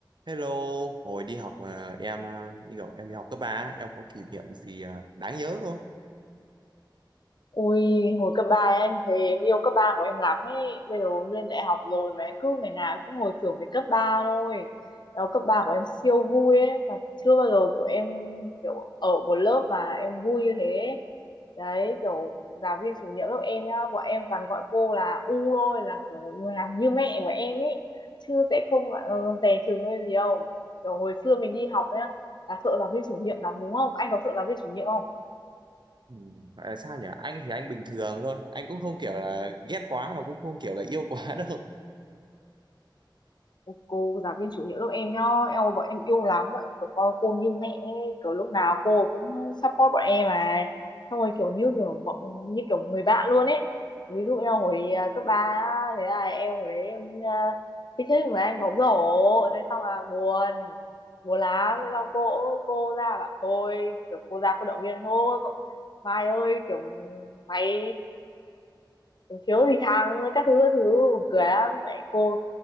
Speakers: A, on the right (about 65°); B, on the left (about 60°).
A: Hello, hồi đi học à, em à, đi học em đi học cấp ba em có kỷ niệm gì à, đáng nhớ không?
B: Ui, hồi cấp 3 em thì em yêu cấp 3 của em lắm ấy. Bây giờ lên đại học rồi mà em cứ ngày nào em cũng hồi tưởng về cấp 3 thôi. Đó, cấp 3 của em siêu vui ấy. Mà chưa bao giờ kiểu em kiểu ở một lớp mà em vui như thế. Đấy, kiểu giáo viên chủ nhiệm lớp em nhá. Bọn em toàn gọi cô là U thôi, là kiểu một người làm như mẹ của em ấy. Chứ sẽ không ờ, dè chừng hay gì đâu. Kiểu hồi xưa mình đi học nhá, là sợ giáo viên chủ nhiệm lắm đúng không? Anh có sợ giáo viên chủ nhiệm
A: Ừ, gọi là sao nhỉ? Anh thì anh bình thường thôi, anh cũng không kiểu là ghét quá mà cũng không kiểu là yêu quá <laughs> đâu.
B: cô giáo viên chủ nhiệm lớp em nhá em bọn em yêu lắm bọn em kiểu coi cô như mẹ ấy. kiểu lúc nào cô cũng support bọn em mà xong rồi kiểu như kiểu bọn như kiểu người bạn luôn ấy ví dụ em hồi à, cấp ba thế là em hồi đấy em à, thích thích với anh bóng rổ thế xong là buồn buồn lắm thế xong cô cô ra bảo tôi kiểu cô ra cô động viên thôi cậu Mai ơi kiểu mày um, thiếu gì thằng các thứ các thứ buồn cười lắm Đấy, cô